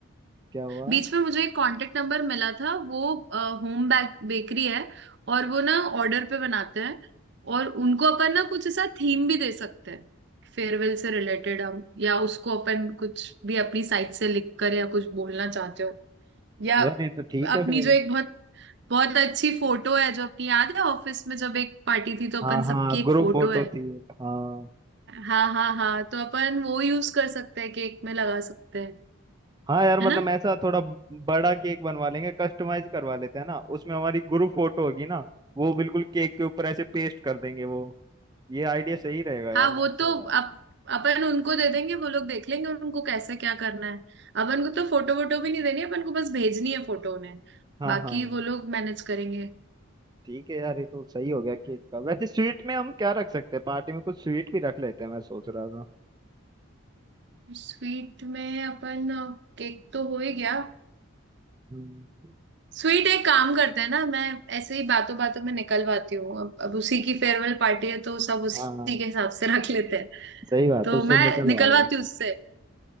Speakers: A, on the right; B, on the right.
A: क्या हुआ
B: बीच में मुझे एक कांटेक्ट नंबर मिला था वो होम बेक बेकरी है और वो ना ऑर्डर पे बनाते हैं और उनको अपन ना कुछ ऐसा थीम भी दे सकते हैं फेयरवेल से रिलेटेड हम या उसको अपन कुछ भी अपनी साइड से लिख कर या कुछ बोलना चाहते हो या
A: यार ये तो ठीक है
B: अपनी
A: फिर
B: जो एक बहुत बहुत अच्छी फोटो है जो अपनी याद है ऑफिस में जब एक पार्टी थी तो
A: हाँ
B: अपन सबकी
A: हाँ
B: एक
A: ग्रुप
B: फोटो
A: फोटो
B: है
A: थी एक, हाँ
B: हाँ हाँ हाँ तो अपन वो यूज कर सकते हैं केक में लगा सकते हैं
A: हाँ यार मतलब
B: है ना
A: ऐसा थोड़ा बड़ा केक बनवा लेंगे कस्टमाइज करवा लेते हैं ना उसमें हमारी ग्रुप फोटो होगी ना वो बिल्कुल केक के ऊपर ऐसे पेस्ट कर देंगे वो ये आइडिया सही रहेगा यार
B: हाँ
A: मस्त
B: वो तो
A: हो जाएगा
B: अप, अपन उनको दे देंगे वो लोग देख लेंगे उनको कैसे क्या करना है अपन को तो फोटो वोटो भी नहीं देनी है अपन को बस भेजनी है फोटो उन्हें
A: हाँ
B: बाकी
A: हाँ
B: वो लोग मैनेज करेंगे
A: ठीक है यार ये तो सही हो गया केक का वैसे स्वीट में हम क्या रख सकते हैं पार्टी में कुछ स्वीट भी रख लेते हैं मैं सोच रहा था
B: स्वीट में अपन केक तो हो ही गया
A: हम्म।
B: स्वीट एक काम करते हैं ना मैं ऐसे ही बातों बातों में निकलवाती हूँ अब, अब उसी की फेयरवेल पार्टी है तो सब उसी
A: हाँ हाँ,
B: के हिसाब से रख लेते हैं
A: सही बात
B: तो
A: है उससे
B: मैं
A: निकलवा
B: निकलवाती
A: रहा हूँ
B: हूँ उससे